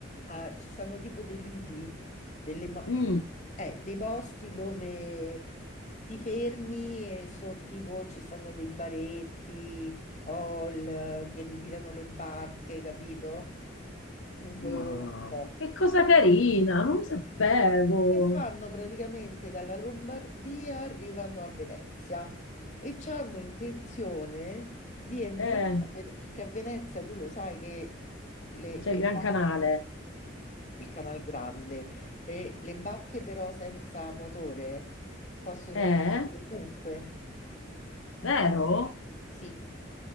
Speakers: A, on the left (about 35°); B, on the left (about 85°).
A: eh, ci stanno tipo dei lidi, delle ma-
B: Mm,
A: eh, dei posti dove ti fermi e so tipo ci stanno dei baretti o il- che ritirano le barche, capito? Lungo
B: mamma,
A: un po'.
B: che cosa carina, non lo sapevo!
A: E fanno praticamente dalla Lombardia, arrivano a Venezia e hanno intenzione di entrare,
B: Eh.
A: a Vene- perché a Venezia tu lo sai che le,
B: C'è
A: le
B: il Gran
A: barche,
B: Canale.
A: il Canal Grande, e le barche però senza motore possono
B: Eh?
A: entrare ovunque,
B: Vero?
A: sì.